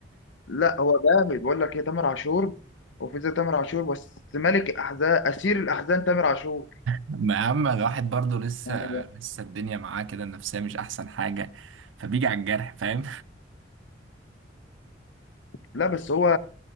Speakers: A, on the left (about 75°); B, on the right (about 85°).
A: لا هو جامد بقول لك ايه تامر عاشور وفي زي تامر عاشور بس ملك الاحزان اسير الاحزان تامر عاشور
B: ما أهم الواحد برضه لسه
A: يعني
B: لسه الدنيا معاه كده النفسية مش أحسن حاجة فبيجي على الجرح فاهم؟
A: لا بس هو